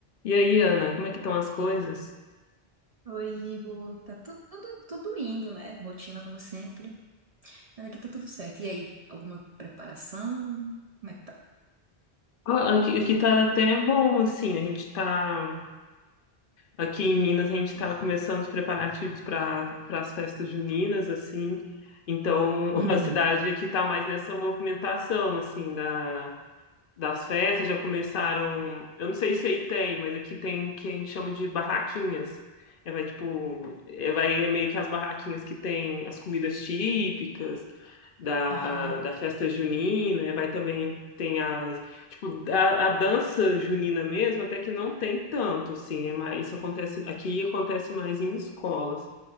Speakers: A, on the left; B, on the right.
A: E aí, Ana, como é que estão as coisas?
B: Oi, Igor. Tá tudo, tudo indo, né? Rotina como sempre. Mas aqui tá tudo certo. E aí, alguma preparação? Como é que tá?
A: Ah, Aqui, aqui tá até bom, assim, a gente tá, aqui em Minas, a gente tá começando os preparativos para para as festas juninas, assim, então <laughs>
B: Uhum.
A: a cidade aqui tá mais nessa movimentação, assim, da, das festas já começaram. Eu não sei se aí tem, mas aqui tem o que a gente chama de barraquinhas. É, vai tipo, é, vai é meio que as barraquinhas que tem as comidas típicas da,
B: Aham.
A: da festa junina, é, vai também tem as tipo a, a dança junina mesmo, até que não tem tanto assim, é mais, isso acontece aqui acontece mais em escolas.